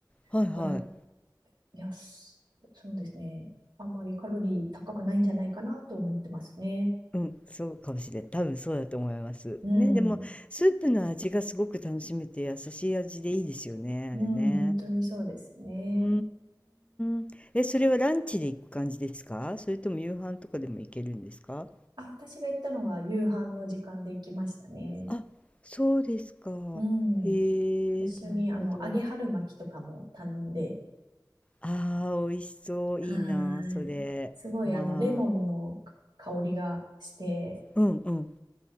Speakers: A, on the left; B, on the right.
A: はいはい。
B: だから、いや、すそうですね。あんまりカロリー高くないんじゃないかなと思ってますね。
A: うん、そうかもしれん。多分そうだと思います。
B: うん。
A: ね、でもスープの味がすごく楽しめて優しい味でいいですよね、あれね。
B: うん、本当にそうですね。
A: うーん。え、それはランチで行く感じですかそれとも夕飯とかでも行けるんですか
B: あ、私が行ったのは夕飯の時間で行きましたね。
A: あ、そうですか。
B: う
A: へえ、
B: ん。一緒にあの揚げ春巻きとかも頼んで、
A: なるほど。ああ、美味しそう。
B: はーい。
A: いいな、それ。
B: すごいあのレモンの香りがして、
A: はーい。うんうん。